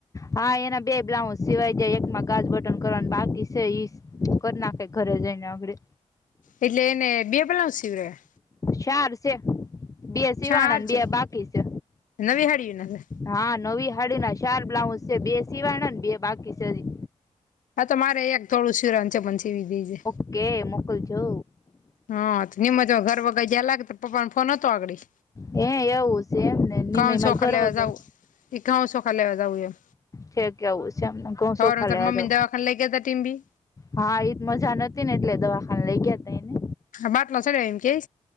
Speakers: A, on the left; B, on the left.
A: હા, એના બે બ્લાઉઝ સિવાય જાય એકમાં કાચ બટન કરવાના બાકી છે. ઈસ કર નાખે ઘરે જઈને અધળે
B: એટલે એને બે બ્લાઉઝ સિવ્યા
A: ચાર શે બે શિવાણા
B: ચાર
A: ને
B: છે
A: બે બાકી શે
B: નવી હાડીયું નથી
A: હા, નવી હાડીના ચાર બ્લાઉઝ શે બે સિવાણા ને બે બાકી શે હજી
B: હા, તો મારે એક થોડું શીરન છેે પણ છીવી દીજે
A: કે મોકલ જો
B: હથ, ની મેતો ઘર વગર ગેયાલાગત પપ્પા પણ ફોન અતો આગડી,
A: હે એવું છે એમ ને નિમય
B: ધઉ
A: માર
B: ચોખા
A: ઘર
B: લેવા
A: વગર
B: જાવું. એ ધઉ ચોખા લેવા જાવું એમ
A: થ કે આવું છે એમને ઘઉ
B: સવારમાં
A: સૌખા
B: તાર
A: લેવા
B: મમ્મીને
A: જઉ
B: દવાખાને લઈ ગયા તા ટીમ્બી
A: હા, એ મજા નથી ને એટલે દવાખાના લઇ ગયા, એને
B: હા, બાટલો છેને એમ કેય